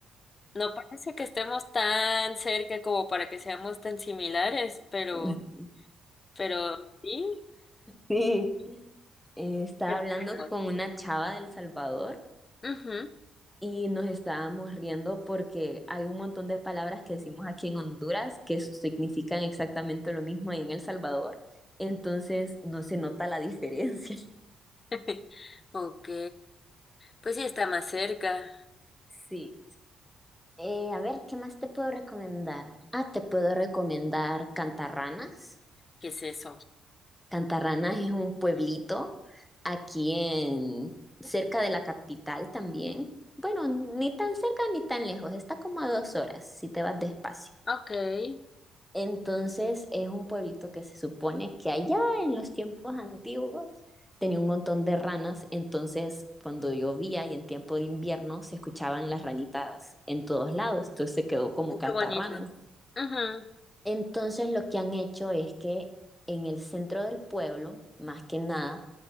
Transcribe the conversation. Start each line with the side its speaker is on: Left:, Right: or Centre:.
Left: No parece que estemos tan cerca como para que seamos tan similares, pero,
Centre: <laughs>
Left: pero sí.
Centre: Sí, eh, estaba
Left: Qué raro.
Centre: hablando con una chava del Salvador
Left: Ujú.
Centre: y nos estábamos riendo porque hay un montón de palabras que decimos aquí en Honduras que significan exactamente lo mismo ahí en El Salvador, entonces no se nota la diferencia. <laughs>
Left: <laughs> Ok. Pues sí está más cerca.
Centre: Sí. Eh, a ver, ¿qué más te puedo recomendar? Ah, te puedo recomendar Cantarranas.
Left: ¿Qué es eso?
Centre: Cantarranas es un pueblito aquí en cerca de la capital también. Bueno, ni tan cerca ni tan lejos, está como a dos horas si te vas despacio.
Left: Ok. Ay,
Centre: Entonces es un pueblito que se supone que allá en los tiempos antiguos tenía un montón de ranas, entonces cuando llovía y en tiempo de invierno se escuchaban las ranitas en todos lados, entonces se quedó como cantarranas.
Left: qué bonito. Ujú.
Centre: Entonces lo que han hecho es que en el centro del pueblo, más que nada,